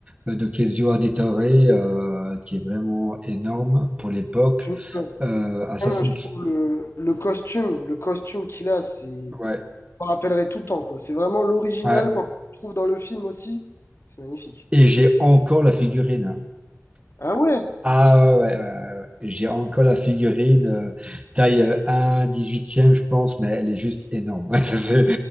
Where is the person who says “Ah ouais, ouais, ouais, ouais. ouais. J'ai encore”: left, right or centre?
Right